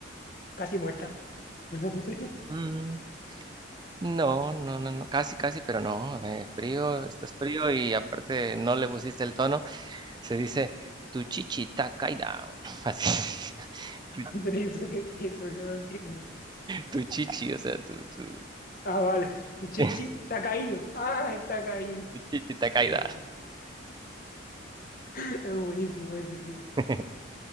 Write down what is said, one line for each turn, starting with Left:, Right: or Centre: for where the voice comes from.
Left: Casi muerta. <laughs> No sé.
Right: Mm, no, no, no, no, casi, casi, pero no. eh, frío, estás frío y aparte no le pusiste el tono. Se dice tu chichi está caída. <laughs> Así, tu,
Left: Pero eso que, eso no lo entiendo.
Right: tu chichi, o sea, tu, tu.
Left: Ah, vale. Tu chichi
Right: <laughs>
Left: está caído. Ah, está caído.
Right: Chichita caída.
Left: Hostia, es buenísimo ese tío.
Right: <laughs>